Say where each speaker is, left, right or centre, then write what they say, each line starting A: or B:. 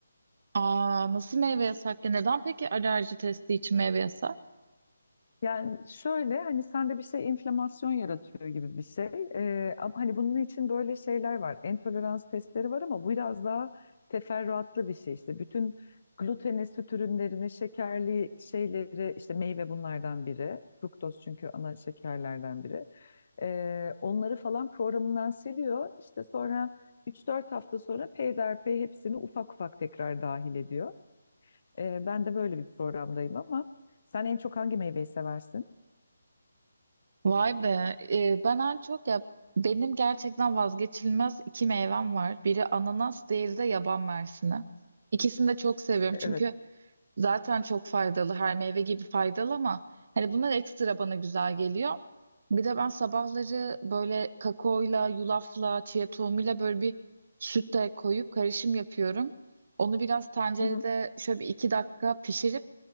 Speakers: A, on the right (about 50°); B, on the left (about 50°).
A: Aa nasıl meyve yasak ya? Neden peki alerji testi için meyve yasak?
B: Yani şöyle hani sende bir şey inflamasyon yaratıyor gibi bir şey. Ee, ama hani bunun için böyle şeyler var. Entolerans testleri var ama bu biraz daha teferruatlı bir şey işte. Bütün gluteni, süt ürünlerini, şekerli şeyleri işte meyve bunlardan biri. Fruktoz çünkü ana şekerlerden biri. Ee, onları falan programından siliyor. İşte sonra 3-4 hafta sonra peyderpey hepsini ufak ufak tekrar dahil ediyor. Ee, ben de böyle bir programdayım ama sen en çok hangi meyveyi seversin?
A: Vay be. Ee, ben en çok ya benim gerçekten vazgeçilmez iki meyvem var. Biri ananas, diğeri de yaban mersini. İkisini de çok seviyorum
B: Evet.
A: çünkü zaten çok faydalı. Her meyve gibi faydalı ama hani bunlar ekstra bana güzel geliyor. Bir de ben sabahları böyle kakaoyla, yulafla, chia tohumuyla böyle bir süt de koyup karışım yapıyorum. Onu biraz tencerede
B: Hı hı,
A: şöyle bir iki dakika pişirip